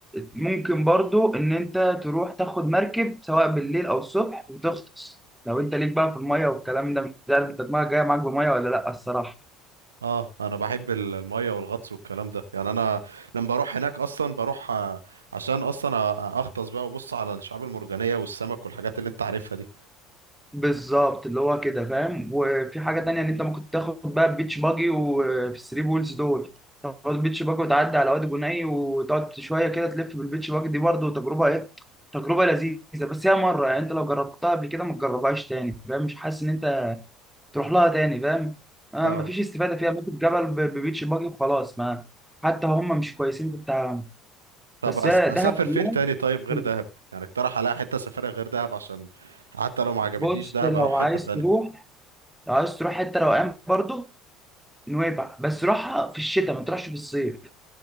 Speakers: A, in the centre; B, on the right (about 85°).
A: ممكن برضو ان انت تروح تاخد مركب سواء بالليل او الصبح وتغطس لو انت ليك بقى في المية والكلام ده مش عارف انت دماغك جاية معاك بمية ولا لا الصراحة
B: اه انا بحب ال- المية والغطس والكلام ده يعني انا لما بروح هناك اصلا بروح آه، عشان اصلا أ- اغطس بقى وبص على الشعاب المرجانية والسمك والحاجات اللي انت عارفها دي
A: بالظبط اللي هو كده فاهم وفي حاجة تانية ان انت ممكن تاخد بقى بيتش باجي وفي الثري بولز دول تاخد بيتش باجي وتعدي على وادي جني وتقعد شوية كده تلف بالبيتش باجي دي برضو تجربة ايه تجربة لذيذة بس هي مرة يعني انت لو جربتها قبل كده ما تجربهاش تاني فاهم مش حاسس ان انت تروح لها تاني فاهم آه
B: اه
A: مفيش استفاده فيها ممكن جبل ب- ببيتش باجي وخلاص ما حتى هم مش كويسين في التعامل
B: طب
A: بس
B: أس-
A: هي
B: اسافر
A: دهب كلها
B: فين تاني طيب غير
A: حلوة.
B: دهب يعني اقترح عليا حتة اسافرها غير دهب عشان حتى لو ما عجبتنيش
A: بص
B: دهب
A: لو
B: اروح حتة
A: عايز
B: تانية
A: تروح لو عايز تروح حته روقان برضه نويبع بس روحها في الشتاء ما تروحش في الصيف